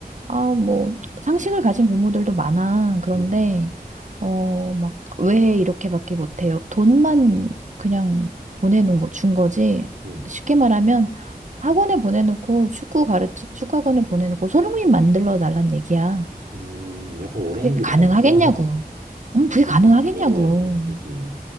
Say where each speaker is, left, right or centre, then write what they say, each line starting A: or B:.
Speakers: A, on the right (about 50°); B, on the right (about 85°).
A: 아, 뭐, 상식을 가진 부모들도 많아. 그런데,
B: 음,
A: 어, 막, 왜 이렇게밖에 못해요? 돈만 그냥 보내놓은 거, 준 거지.
B: 음,
A: 쉽게 말하면 학원에 보내놓고 축구 가르치, 축구학원에 보내놓고 손흥민 만들러 달란 얘기야.
B: 음. 약간 원하는
A: 그게
B: 게 많구나.
A: 가능하겠냐고.
B: <laughs>
A: 음, 그게
B: 그지,
A: 가능하겠냐고.
B: 불가능하지. 그지.